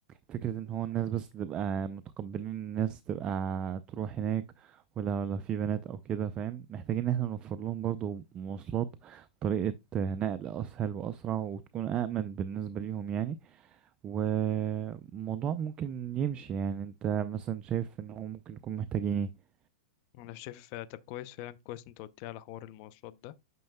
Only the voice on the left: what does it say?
انا شايف آه، طب كويس فعلا كويس انت قلت لي على حوار المواصلات ده